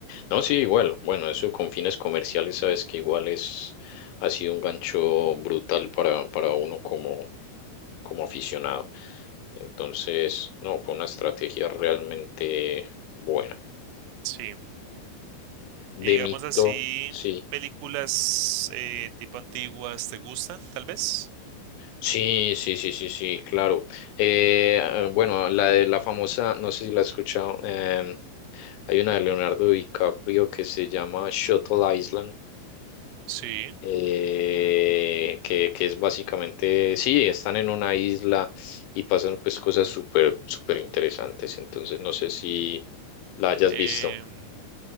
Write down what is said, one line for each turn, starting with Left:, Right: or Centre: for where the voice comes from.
Left: no, sí, igual, bueno, eso con fines comerciales, sabes que igual es, ha sido un gancho brutal para, para uno como, como aficionado. Entonces, no, fue una estrategia realmente buena.
Right: Sí. Y
Left: De
Right: digamos
Left: mi
Right: así,
Left: top, sí.
Right: películas eh, tipo antiguas, ¿te gustan, tal vez?
Left: Sí, sí, sí, sí, sí, claro. Eh, ah, bueno, la de la famosa, no sé si la has escuchado, em, hay una de Leonardo DiCaprio que se llama Shuttle Island.
Right: Sí.
Left: eh, que, que es básicamente, sí, están en una isla y pasan pues cosas súper, súper interesantes, entonces no sé si la hayas
Right: Em,
Left: visto.